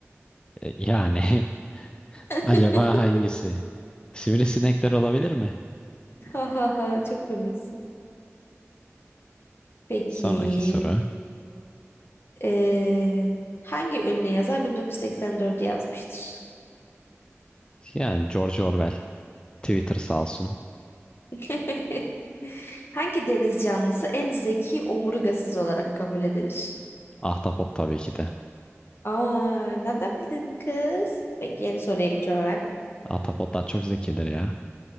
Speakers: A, on the left (about 20°); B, on the left (about 50°).
A: e, yani <laughs>
B: <laughs>
A: acaba hangisi? Sivrisinekler olabilir mi?
B: Ha ha ha çok komiksin. Peki.
A: Sonraki soru.
B: eee, hangi ünlü yazar 1984'ü yazmıştır?
A: Yani George Orwell. Twitter sağ olsun.
B: <laughs> Hangi deniz canlısı en zeki omurgasız olarak kabul edilir?
A: Ahtapot tabii ki de.
B: Aa, nereden bildin kız? Peki yeni soruya geçiyorum hemen.
A: Ahtapotlar çok zekidir ya.